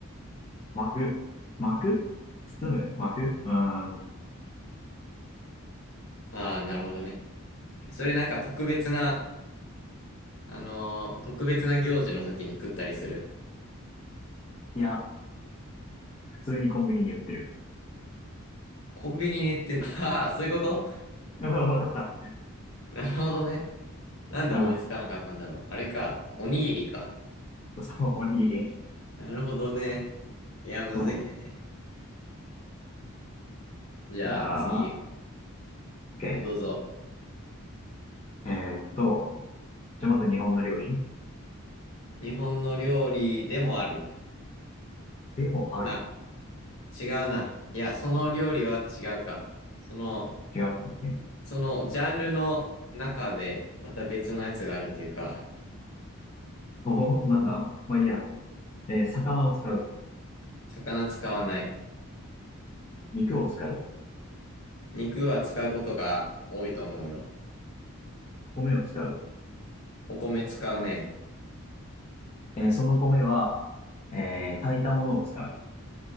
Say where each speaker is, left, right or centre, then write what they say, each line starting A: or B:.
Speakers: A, on the left; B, on the left.
A: 巻く。巻く包む巻くうーん。
B: ああー、なるほどね。それなんか特別な、あのー特別な行事の時に食ったりする。
A: いや、普通にコンビニに売ってる。
B: コンビニに行ってん、<laughs> ああ、そういうこと
A: <laughs> わかった。
B: なるほどね。なんで思いつかなかったんだろう。
A: うん。
B: あれか、おにぎりか。
A: そう、おにぎり。
B: なるほどね。いや、むずいね。
A: そう。
B: じゃあ次、
A: じゃあ、OK。
B: どうぞ。
A: えーっと、じゃあまず日本の料理
B: 日本の料理でもある。
A: でもある。
B: あ違うな。いや、その料理は違うか。その、
A: 違う。OK。
B: そのジャンルの中でまた別のやつがあるっていうか、
A: おお、なんだまあいいや。えー魚を使う。
B: 魚使わない。
A: 肉を使う。
B: 肉は使うことが多いと思うよ。
A: 米を使う。
B: お米使うね。
A: えーその米は、えー炊いたものを使う。